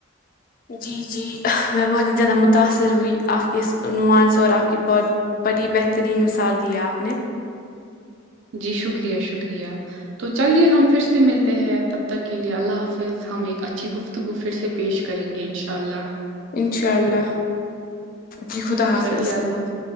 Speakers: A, on the left; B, on the right.
A: جی جی میں بہت ہی زیادہ متاثر ہوئی آپ کے اس عنوان سے اور آپ کی ب بڑی بہترین مثال دی ہے آپ نے
B: جی شکریہ شکریہ تو چلیے ہم فر سے ملتے ہیں تب تک کے لیے اللہ حافظ ہم ایک اچھی گفت تو وہ فر سے پیش کریں گے انشاء اللہ
A: انشاء اللہ جی خدا حافظ
B: چلیے اللہ حافظ۔